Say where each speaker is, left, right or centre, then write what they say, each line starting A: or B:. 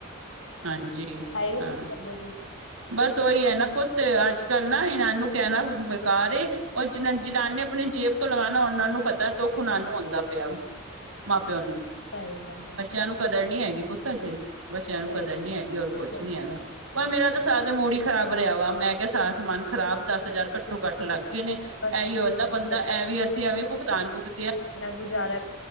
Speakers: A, on the right; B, on the left.
A: ਹਾਂਜੀ
B: ਆਾਏ ਵੀ
A: ਹਾਂ
B: ਕੁਛ ਕਰਦੇ ਸੀ
A: ਬਸ ਉਹੀ ਹੈ ਨਾ ਪੁੱਤ ਅੱਜ ਕੱਲ੍ਹ ਨਾ ਇਨਾਂ ਨੂੰ ਕੈਨਾ ਬੇਕਾਰ ਏ ਉਹ ਜਿਨਾਂ ਜਿਨ੍ਹਾਂ ਨੇ ਆਪਣੀ ਜੇਬ ਤੋਂ ਲਗਾਣਾ ਉਹਨਾਂ ਨੂੰ ਪਤਾ ਦੁੱਖ ਉਹਨਾਂ ਨੂੰ ਹੁੰਦਾ ਪਿਆ ਵਾ ਮਾਂ ਪਿਓ ਨੂੰ
B: ਸਈ ਗੱਲ
A: ਬੱਚਿਆਂ ਨੂੰ ਕਦਰ ਨੀ ਹੈਗੀ
B: ਹੈ
A: ਪੁੱਤ ਅਜੇ ਬੱਚਿਆਂ ਨੂੰ
B: ਸਹੀ
A: ਕਦਰ ਨੀ ਐਗੀ ਔਰ
B: ਗੱਲ
A: ਕੁਛ ਨੀ ਐਗਾ। ਪਰ ਮੇਰਾ ਤੇ ਸਾਰਾ ਦਿ ਮੂੜ ਈ ਖ਼ਰਾਬ ਰਿਆ ਵਾ ਮੈਂ ਕਿਆ ਸਾਰਾ ਸਮਾਨ ਖਰਾਬ ਦਸ ਹਜਾਰ ਕੱ ਕੱਟੋ ਕੱਟ ਲੱਗ ਗੇ ਨੇ
B: ਬਸ
A: ਐਈ
B: ਕੀ
A: ਹੁੰਦਾ
B: ਕਰੀਏ
A: ਬੰਦਾ ਐਂਵੀ ਅਸੀ ਐਵੇਂ ਭੁਗਤਾਨ ਭੁਗਦੇ ਆ
B: ਨਾ ਗੁਜਾਰਾ